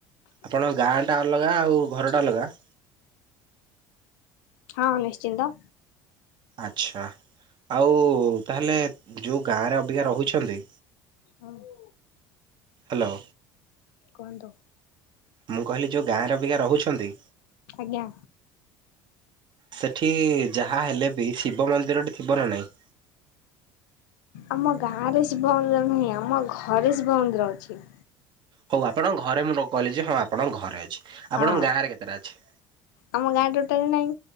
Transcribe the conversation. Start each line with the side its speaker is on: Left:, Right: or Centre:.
Right: ଆପଣ ଗାଁ ଟା ଅଲଗା ଆଉ ଘର ଟା ଅଲଗା?
Left: ହଁ ନିଶ୍ଚିନ୍ତ।
Right: ଆଚ୍ଛା ଆଉ ତାହେଲେ ଯଉ ଗାଁରେ ଅବିକା ରହୁଛନ୍ତି।
Left: ହଁ।
Right: ହାଲୋ
Left: କୁହନ୍ତୁ?
Right: ମୁଁ କହିଲି ଯୋଉ ଗାଁ ର ଅବିକା ରହୁଛନ୍ତି
Left: ଆଜ୍ଞା।
Right: ସେଠି ଯାହା ହେଲେ ବି ଶିବ ମନ୍ଦିରଟେ ଥିବ ନା ନାହିଁ?
Left: ଆମ ଗାଁ ରେ ଶିବ ମନ୍ଦିର ନାହିଁ ଆମ ଘରେ ଶିବ ମନ୍ଦିର ଅଛି।
Right: ହଉ ଆପଣଙ୍କ ଘରେ ମୁଁ ର କହିଲି ଯେ ହଁ ଆପଣଙ୍କ ଘରେ ଅଛି
Left: ହଁ
Right: ଆପଣଙ୍କ ଗାଁ ରେ କେତେଟା ଅଛି?
Left: ଆମ ଗାଁ ଟୋଟାଲ୍ ନାହିଁ